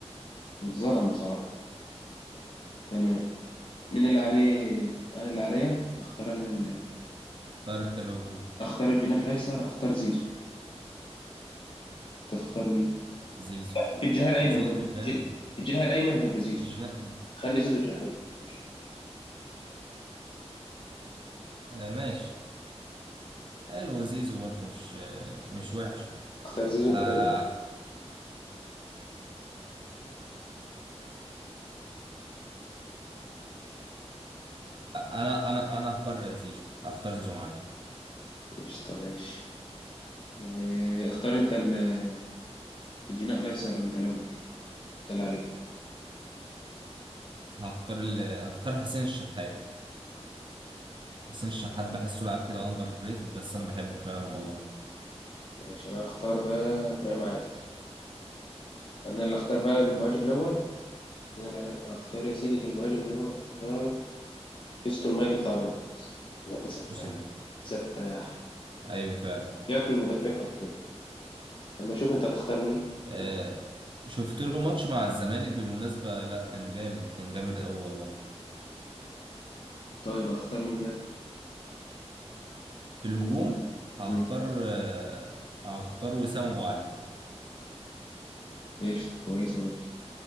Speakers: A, on the left; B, on the right.
A: اتظلم بصراحة تمام مين اللي عليه انا اللي عليا اختار انا اللي
B: طارق التلوجو
A: اختار الجناح الايسر هختار زيزو انت تختار مين
B: زيزو
A: الجناح الايمن
B: زيزو
A: غلط
B: جامد
A: الجن- الجناح الايمن هيبقى زيزو
B: جنا...
A: خلي زيزو جناح ايمن مش
B: آه ماشي حلو زيزو برضه مش آه مش وحش
A: اختار زيزو
B: آه
A: انت كمان
B: انا انا انا هختار زيزو هختار زيزو معاك
A: قشطة ماشي إيه، اختار انت ال- الجناح الايسر انت الاول انت اللي عليك
B: هختار ال... هختار حسين الشحات حسين الشحات بحسه لاعب كده اندر ريتد بس انا بحبه فعلا والله
A: ماشي انا هختار بقى ابراهيم عادل انا اللي اختار بقى المهاجم الاول انا اللي هختار يا سيدي في المهاجم الاول هختار فيستون مايلي بتاع بيراميدز الواد ده سفاح
B: الموسم ده
A: سفاح
B: ايوه فعلا
A: ياكل المدافعين حرفيا اما اشوف انت هتختار مين
B: آه
A: أوه.
B: شفت له ماتش مع الزمالك بالمناسبة لا كان جامد كان جامد قوي والله
A: طيب هتختار مين بقى
B: في الهجوم هختار
A: امم
B: آه، هختار وسام ابو علي
A: قشطة كويسة برضه